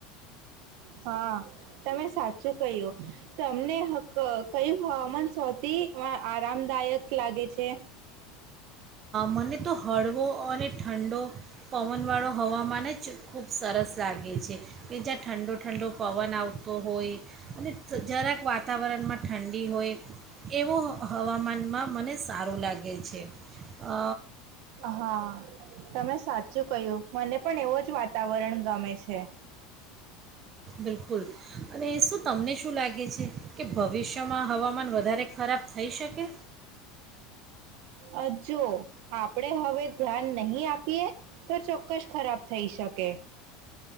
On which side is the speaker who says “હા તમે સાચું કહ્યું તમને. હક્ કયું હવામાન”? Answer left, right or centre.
Right